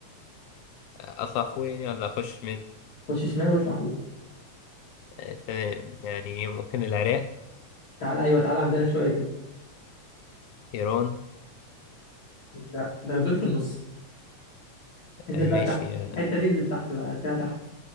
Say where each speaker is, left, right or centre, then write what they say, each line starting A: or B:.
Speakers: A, on the left; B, on the left.
A: اطلع فوق يعني ولا اخش من
B: خش شمال واطلع فوق
A: آه، تمام يعني إيه، ممكن العراق
B: تعال ايوه تعال عندنا شويه كده
A: ايران
B: لا ده دول في النص انزل
A: آه، ماشي
B: بقى تحت
A: آه،
B: الحته دي انزل تحت بقى هتلاقيها تحت